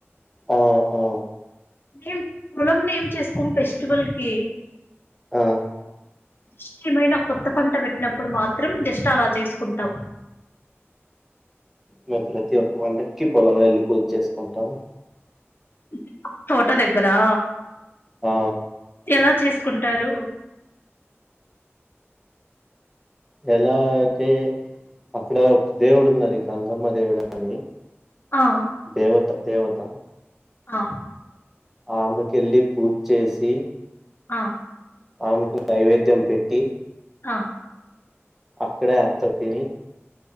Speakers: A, in the centre; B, on the left.
A: ఆ ఆ
B: మేం పొలంలో ఏం చేసుకోం ఫెస్టివల్ కి
A: ఆ
B: దిష్ట ఏమైనా కొత్త పంట పెట్టినప్పుడు మాత్రం దిష్ట అలా చేసుకుంటాం
A: మేము ప్రతి ఒక్క పండకి పొలము వెళ్ళి పూజ చేసుకుంటాము
B: యు తోట దగ్గరా
A: ఆ
B: ఎలా చేసుకుంటారు
A: ఎలా అంటే అక్కడ ఒక దేవుడు ఉన్నది గంగమ్మ దేవుడు అని
B: ఆ
A: దేవత దేవత
B: ఆ
A: ఆమెకెళ్ళి పూజ చేసి
B: ఆ
A: ఆమెకి నైవేద్యం పెట్టి
B: ఆ
A: అక్కడే అంత తిని